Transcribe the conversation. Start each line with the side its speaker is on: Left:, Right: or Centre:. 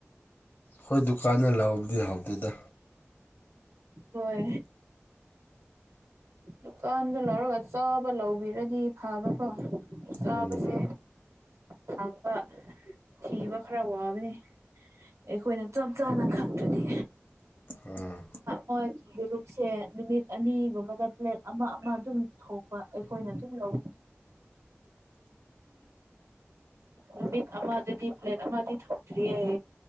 Left: ꯍꯣꯏ ꯗꯨꯀꯥꯟꯗ ꯂꯧꯕꯗꯤ ꯍꯥꯎꯇꯦꯗ
Right: ꯍꯣꯏ ꯗꯨꯀꯥꯟꯗ ꯂꯧꯔꯒ ꯆꯥꯕ ꯂꯧꯕꯤꯔꯗꯤ ꯐꯕꯀꯣ ꯆꯥꯕꯁꯦ
Left: ꯎꯝ
Right: ꯈꯥꯡꯕ ꯊꯤꯕ ꯈꯔ ꯋꯥꯕꯅꯤ ꯑꯩꯈꯣꯏꯅ ꯆꯞ ꯆꯥꯅ ꯈꯪꯗ꯭ꯔꯗꯤ
Left: ꯎꯝ
Right: ꯃꯣꯏ ꯒ꯭ꯔꯨꯞꯁꯦ ꯅꯨꯃꯤꯠ ꯑꯅꯤꯒꯨꯝꯕꯗ ꯄ꯭ꯂꯦꯠ ꯑꯃ ꯑꯃ ꯑꯗꯨꯝ ꯊꯣꯛ ꯑꯩꯈꯣꯏꯅ ꯑꯗꯨꯝ ꯂꯧꯏ ꯅꯨꯃꯤꯠ ꯑꯃꯗꯗꯤ ꯄ꯭ꯂꯦꯠ ꯑꯃꯗꯤ ꯊꯣꯛꯇ꯭ꯔꯤꯌꯦ